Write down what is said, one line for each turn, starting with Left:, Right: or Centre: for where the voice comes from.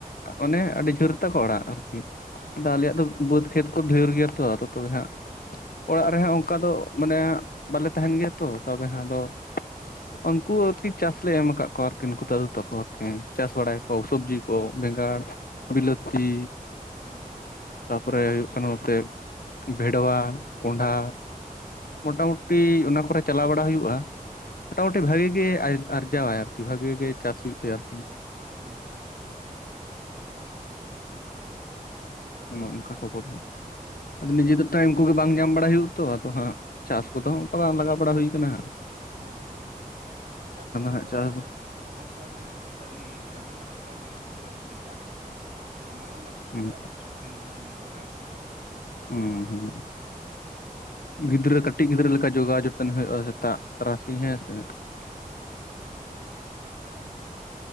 Left: ᱚᱱᱮ ᱟᱹᱰᱤ ᱡᱷᱳᱨ ᱛᱟ ᱠᱚ ᱚᱲᱟᱜ ᱟᱨᱠᱤ
Right: ᱦᱮᱸ
Left: ᱫᱟ
Right: ᱦᱮᱸ
Left: ᱟᱞᱮᱭᱟᱜ
Right: ᱦᱮᱸ
Left: ᱫᱚ ᱵᱟᱹᱫᱽ ᱠᱷᱮᱛ ᱠᱚ ᱰᱷᱮᱨ ᱜᱮᱭᱟ ᱛᱚ ᱟᱫ ᱛᱚᱵᱮ ᱦᱟᱸᱜ ᱚᱲᱟᱜ ᱨᱮᱦᱚᱸ ᱚᱱᱠᱟ ᱫᱚ ᱢᱟᱱᱮ ᱵᱟᱞᱮ ᱛᱟᱦᱮᱱ ᱜᱮᱭᱟ ᱛᱚ ᱛᱚᱵᱮ ᱦᱟᱸᱜ ᱟᱫᱚ ᱩᱱᱠᱩ ᱟᱨᱠᱤ ᱪᱟᱥᱞᱮ ᱮᱢ ᱟᱠᱟᱫ ᱠᱚᱣᱟ ᱟᱨᱠᱤ ᱩᱱᱠᱩ ᱛᱚᱠᱷᱚᱨ ᱯᱮ ᱪᱟᱥ ᱵᱟᱰᱟᱭ ᱠᱚ ᱥᱚᱵᱽᱡᱤ ᱠᱚ ᱵᱮᱸᱜᱟᱲ ᱵᱤᱞᱟᱹᱛᱤ
Right: ᱦᱮᱸ ᱦᱮᱸ
Left: ᱛᱟᱯᱚᱨᱮ ᱦᱩᱭᱩᱜ ᱠᱟᱱᱟ ᱱᱚᱛᱮ ᱵᱷᱮᱰᱣᱟ ᱠᱚᱸᱰᱷᱟ
Right: ᱦᱮᱸ ᱦᱮᱸ
Left: ᱢᱚᱴᱟᱢᱩᱴᱤ ᱚᱱᱟ ᱠᱚᱨᱮ ᱪᱟᱞᱟᱣ ᱵᱟᱲᱟ ᱦᱩᱭᱩᱜᱼᱟ ᱢᱚᱴᱟᱢᱩᱴᱤ ᱵᱷᱟᱜᱤ ᱜᱮ ᱟᱨᱡᱟᱣᱟᱭ ᱟᱨᱠᱤ ᱵᱷᱟᱜᱤ ᱜᱮ ᱪᱟᱥ ᱦᱩᱭᱩᱜ ᱛᱟᱭᱟ ᱟᱨᱠᱤ᱾
Right: ᱦᱩᱸ ᱦᱮᱸ ᱦᱮᱸ᱾
Left: ᱚᱱᱮ ᱚᱱᱠᱟ ᱠᱷᱚᱵᱚᱨ
Right: ᱦᱮᱸ
Left: ᱟᱫᱚ ᱱᱤᱡᱮ ᱫᱚ ᱴᱟᱭᱤᱢ ᱠᱚᱜᱮ ᱵᱟᱝ ᱧᱟᱢ ᱵᱟᱲᱟᱭ ᱦᱩᱭᱩᱜᱼᱟ ᱛᱚ ᱟᱫᱚ ᱦᱟᱸᱜ᱾ ᱪᱟᱥ ᱠᱚᱫᱚ ᱦᱚᱸ ᱚᱱᱠᱟ ᱵᱟᱝ ᱞᱟᱜᱟ ᱵᱟᱲᱟ ᱦᱩᱭ ᱟᱠᱟᱱᱟ᱾
Right: ᱦᱮᱸ ᱦᱮᱸ ᱦᱮᱸ, ᱪᱟᱥ ᱨᱮᱫᱚ
Left: ᱦᱟᱸᱜ ᱪᱟᱥ ᱫᱚ
Right: ᱚᱱᱠᱟ ᱢᱟᱱᱮ ᱠᱷᱟᱹᱴᱟᱹᱞᱤ ᱫᱚᱢᱮ ᱠᱷᱟᱴᱟᱣ ᱢᱮᱱᱟᱜᱼᱟ ᱠᱷᱟᱹᱴᱟᱹᱞᱤ ᱦᱩᱭᱩᱜᱼᱟ᱾ ᱚᱱᱟ ᱚᱱᱟ ᱯᱤᱪᱷᱟᱱ
Left: ᱦᱩᱸ
Right: ᱨᱮ ᱟᱹᱵᱤᱱ ᱥᱚᱵᱫᱤᱱ ᱚᱱᱟ ᱧᱮᱞ ᱞᱟᱜᱟᱣ ᱵᱤᱱᱟ᱾
Left: ᱦᱩᱸ ᱦᱩᱸ, ᱜᱤᱫᱽᱨᱟᱹ ᱠᱟᱹᱴᱤᱡ ᱜᱤᱫᱽᱨᱟᱹ ᱞᱮᱠᱟ ᱡᱚᱜᱟᱣ ᱡᱚᱛᱚᱱ ᱦᱩᱭᱩᱜᱼᱟ ᱥᱮᱛᱟᱜ᱾ ᱛᱟᱨᱟᱥᱤᱧ
Right: ᱦᱳᱭ
Left: ᱦᱮᱸ ᱥᱮ
Right: ᱦᱳᱭ ᱦᱳᱭ,